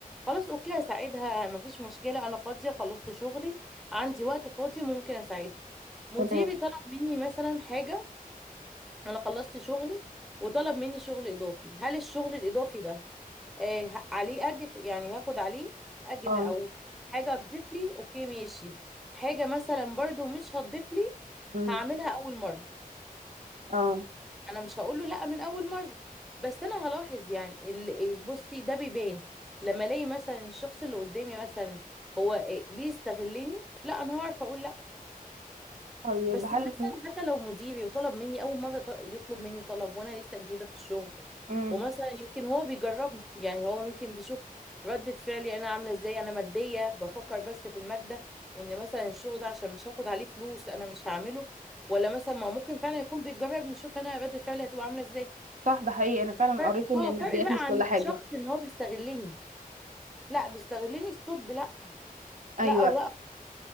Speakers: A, in the centre; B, on the right.
A: خلاص اوكي هساعدها مفيش مشكله انا فاضيه خلصت شغلي عندي وقت فاضي ممكن اساعدها مديري
B: تمام
A: طلب مني مثلا حاجة أنا خلصت شغلي وطلب مني شغل إضافي هل الشغل الإضافي ده آه ه- عليه أجر يعني هاخد عليه أجر
B: اه
A: أو حاجة هتضيف لي أوكي ماشي حاجة مثلا برضو مش هتضيف لي
B: أمم.
A: هعملها أول مرة
B: اه
A: أنا مش هقول له لأ من أول مرة بس أنا هلاحظ يعني ال- إيه، بصي ده بيبان لما ألاقي مثلا الشخص اللي قدامي مثلا هو آه، بيستغلني لا أنا هعرف أقول
B: طيب
A: بس
B: هل
A: مثلا حتى لو مديري وطلب مني اول مره ط- يطلب مني طلب وانا لسه جديده في الشغل
B: امم
A: ومثلا يمكن هو بيجربني يعني هو يمكن بيشوف ردة فعلي انا عامله ازاي انا ماديه بفكر بس في الماده وان مثلا الشغل ده عشان مش هاخد عليه فلوس انا مش هعمله ولا مثلا ما ممكن فعلا يكون بيجربني يشوف انا ردة فعلي هتبقى عامله ازاي
B: صح ده حقيقي أنا فعلا
A: فرق
B: قريت إن
A: اه
B: الماديات
A: فرق بقى
B: مش كل
A: عن
B: حاجة
A: الشخص ان هو بيستغلني لا بيستغلني ستوب لا
B: أيوه
A: لا او لا